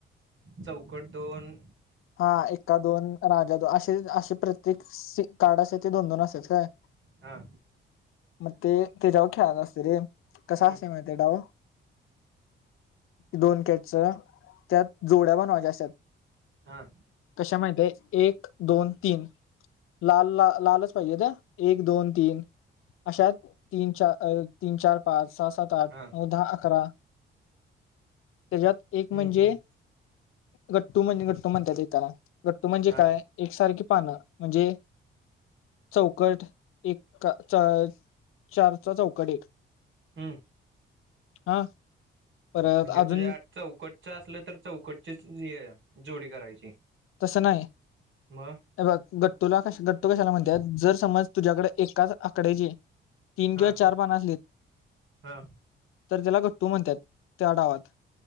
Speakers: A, on the right; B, on the left.
A: चौकट दोन
B: हा, एका दोन का दो राज्या असे असे प्रत्येक सी कार्ड असतेत ते दोन दोन असतात काय.
A: हा.
B: मग ते त्याच्यावर खेळायचं असतंय रे, कसा
A: हम्म
B: असते माहिती डाव? दोन कॅटचं त्यात जोड्या बनवायच्या असतात.
A: हां
B: कशा माहित आहे. एक, दोन, तीन लाल ला लालच - पाहिजे हा. एक, दोन, तीन अश्या तीन, चार, तीन, चार, पाच. सहा, सात, आठ,
A: हां
B: नऊ, दहा, अकरा. त्याज्यात एक
A: हम्म
B: म्हणजे
A: हम्म
B: गट्टू म्हणजे गट- टु म्हणतात. ते त्याला गट्टू म्हणजे
A: हां
B: काय? एकसारखी पानं म्हणजे. चौकट एक चा चारचा चौकट एक.
A: हं!
B: हा. परत
A: म्हणजे
B: अजून
A: तुझ्या आ चौकटचं असलं तर चौकटची जोडी करायची?
B: तसे नाही ए हे
A: मग
B: बघ. तुला क गट्टू कशाला म्हणतात? जर समज तुझ्याकडे एकाच आकड्याची. तीन
A: हां
B: किंवा चार पान असलेत
A: हां
B: तर त्याला गट्टू म्हणतात. त्या डावात.